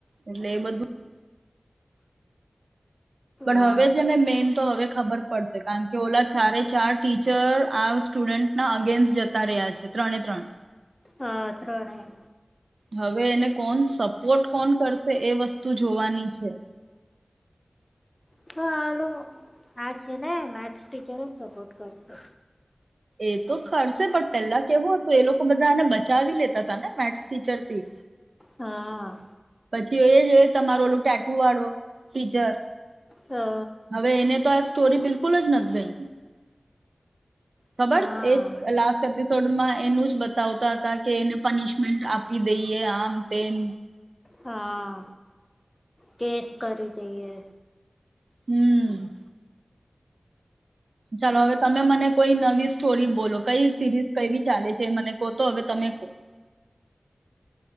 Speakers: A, on the right; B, on the left.
A: એટલે એ બધું પણ
B: હા
A: હવે છે ને મેન તો હવે ખબર પડશે કારણ કે ઓલા ચારે ચાર ટીચર આ સ્ટુડન્ટના અગેન્સ્ટ જતા રહ્યા છે ત્રણે, ત્રણ
B: હા, અ ત્રણેય
A: હવે એને કોણ સપોર્ટ કોણ કરશે એ વસ્તુ જોવાની છે
B: <unintelligible> હા છે ને તેને મેથ્સ ટી જ સપોર્ટ કરશે
A: એ તો કરશે પણ પેલા કેવું હતું એ લોકો બધા એને બચાવી લેતા હતાા ને મેથ્સ ટીચરથી
B: હા
A: જોયો-જોયો તમારો ઓલું ટેટુ વાળો ટીચર
B: તો
A: હવે એને તો આ સ્ટોરી બિલકુલ જ નથ ગઈ ખબર
B: હા
A: એજ લાસ એપિસોડમાં એનું જ બ વતા હતા કે એને પનિશમેન્ટ આપી દઈએ આમ તેમ
B: હા કેસ કરી દઈએ
A: હમ ચાલો હવે તમે મને કોઈ નવી સ્ટોરી બોલો કઈ સિરીઝ કવી ચાલે છે મને કહો તો હવે તમે કહ